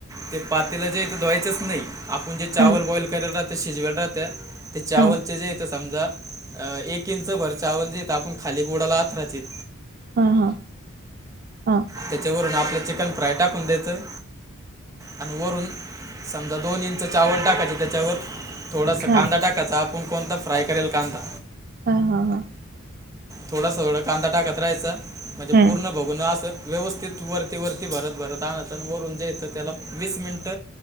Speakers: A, on the right; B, on the right.
A: ते पातेलं जे हाय ते धुवायचंच नाही, आपुण जे चावल
B: हा
A: बॉईल करायलं राह ते शिजवला राहत ते, चावलचे
B: हा हा
A: जे इथ समजा. अ एक इंच भर चावल जे इथं आपण खाली बुडाला आथराचेत.
B: हा हा हा.
A: त्यांच्यावरून आपलं चिकन फ्राय टाकून द्यायचं. आणि वरून समजा, दोन इंच चावल टाकायचे त्याच्यावर. थोडंसं
B: हा
A: कांदा टाकायचा, आपण कोणता फ्राय करेल कांदा.
B: हा हा हा.
A: थोडासा वर कांदा टाकत राहायचा. म्हणजे
B: हम्म
A: पूर्ण भगुनं असं व्यवस्थित वरती वरती भरत भरत आणायचं, आन वरून जे येतं त्याला वीस मिनिट